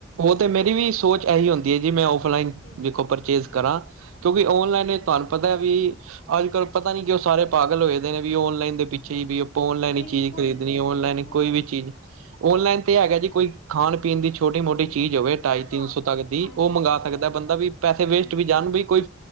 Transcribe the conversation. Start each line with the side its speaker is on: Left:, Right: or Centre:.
Right: ਔ ਤੇ ਮੇਰੀ ਵੀ ਸੋਚ ਇਹੀ ਹੁੰਦੀ ਹੈ ਜੀ, ਮੈਂ ਔਫਲਾਈਨ
Left: ਜੀ ਜੀ
Right: ਦੇਖੋ, ਪਰ ਚੇਂਜ ਕਰਾਂ
Left: ਹਾਂਜੀ
Right: ਕਿਉਂਕਿ ਔਨਲਾਈਨ
Left: ਜੀ ਜੀ
Right: ਇਹ
Left: ਜੀ
Right: ਤੁਹਾਨੂੰ ਪਤਾ ਹੈ ਵੀ? ਅੱਜ ਕੱਲ ਪਤਾ ਨੀ ਕਿਉਂ ਉਹ ਸਾਰੇ ਪਾਗਲ ਹੋਏ ਨੇ ਵੀ, ਔਨਲਾਈਨ ਦੇ ਪਿੱਛੇ ਵੀ। ਔਨਲਾਈਨ
Left: ਬਿਲਕੁਲ
Right: ਹੀ ਚੀਜ਼ ਖਰੀਦਣੀ, ਔਨਲਾਈਨ
Left: ਬਿਲਕੁਲ
Right: ਕੋਈ ਵੀ ਚੀਜ਼। ਔਨਲਾਈਨ ਤੇ ਹੈਗਾ ਜੀ, ਕੋਈ ਖਾਣ ਪੀਣ ਦੀ ਛੋਟੀ ਮੋਟੀ ਚੀਜ਼ ਹੋਵੇ ਢਾਈ ਤਿੰਨ
Left: ਹਾਂ
Right: ਸੌ ਤੱਕ ਦੀ,
Left: ਹਾਂਜੀ
Right: ਔ ਮੰਗਵਾ
Left: ਹਾਂਜੀ
Right: ਸਕਦਾ
Left: ਹਾਂਜੀ
Right: ਬੰਦਾ, ਵੀ ਪੈਸੇ ਵੇਸਟ
Left: ਬਿਲਕੁਲ
Right: ਵੀ ਜਾਣ ਵੀ ਕੋਈ